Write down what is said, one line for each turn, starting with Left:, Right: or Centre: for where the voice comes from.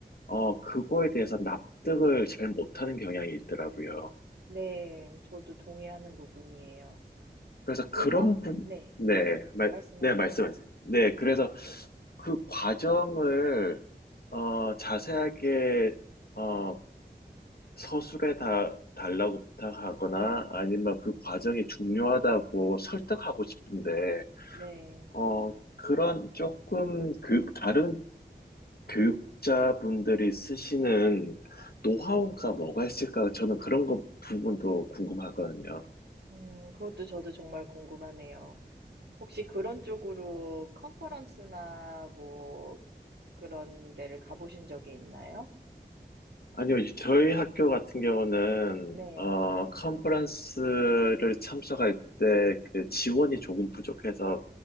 Left: 어, 그거에 대해서 납득을 잘 못하는 경향이 있더라고요.
Right: 네. 저도 동의하는 부분이에요.
Left: 그래서 그런
Right: 음악
Left: 부,
Right: 네.
Left: 네, 말,
Right: 말씀하세요.
Left: 네, 말씀하세요. 네, 그래서 그 과정을, 어, 자세하게, 어, 서술해 다, 달라고 부탁하거나 아니면 그 과정이 중요하다고 설득하고 싶은데,
Right: 네.
Left: 어, 그런 조금 교육, 다른 교육자분들이 쓰시는 노하우가 뭐가 있을까? 저는 그런 거 부분도 궁금하거든요.
Right: 음 그것도 저도 정말 궁금하네요. 혹시 그런 쪽으로 컨퍼런스나 뭐 그런 데를 가보신 적이 있나요?
Left: 아니요, 저희 학교 같은 경우는,
Right: 네.
Left: 어, 컨퍼런스를 참석할 때 그 지원이 조금 부족해서